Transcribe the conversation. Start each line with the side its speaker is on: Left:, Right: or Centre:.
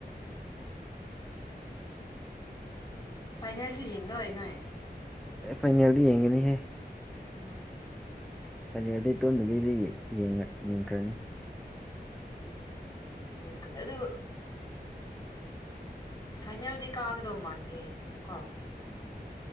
Left: ꯐꯥꯏꯅꯦꯜꯁꯨ ꯌꯦꯡ ꯂꯣꯏ ꯅꯣꯏ
Centre: ꯐꯥꯏꯅꯦꯜꯗꯤ ꯌꯦꯡꯒꯅꯤ ꯍꯥꯏ
Left: ꯑꯥ
Centre: ꯐꯅꯦꯜꯗ ꯇꯨꯝꯗꯕꯤꯗ ꯌꯦꯡꯈ꯭ꯔꯅꯤ
Left: ꯎ ꯑꯗꯨ ꯐꯥꯏꯅꯦꯜꯗꯤ ꯀꯥꯒꯗꯧ ꯃꯥꯟꯗꯦ ꯀꯣ
Centre: ꯎꯝ